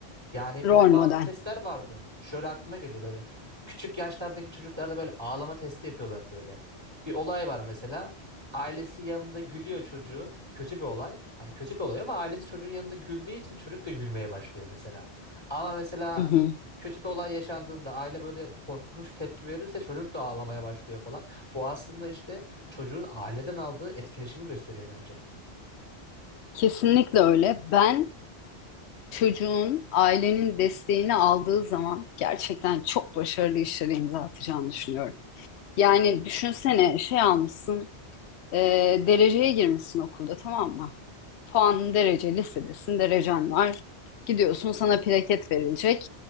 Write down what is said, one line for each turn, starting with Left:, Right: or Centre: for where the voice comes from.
Right: Yani bir
Left: Rol
Right: de
Left: model.
Right: bazı testler vardı. Şöyle aklıma geliyor böyle. Küçük yaşlardaki çocuklarda böyle ağlama testi yapıyorlar böyle. Bir olay var mesela. Ailesi yanında gülüyor çocuğun. Kötü bir olay. Hani kötü bir olay ama ailesi çocuğun yanında güldüğü için çocuk da gülmeye başlıyor mesela. Ama mesela
Left: Hı hı.
Right: kötü bir olay yaşandığında aile böyle korkunç tepki verirse çocuk da ağlamaya başlıyor falan. Bu aslında işte çocuğun aileden aldığı etkileşimi gösteriyor bence.
Left: Kesinlikle öyle. Ben çocuğun ailenin desteğini aldığı zaman gerçekten çok başarılı işlere imza atacağını düşünüyorum. Yani düşünsene şey almışsın, e, dereceye girmişsin okulda tamam mı? puan derece listedesin, derecen var. Gidiyorsun sana plaket verilecek.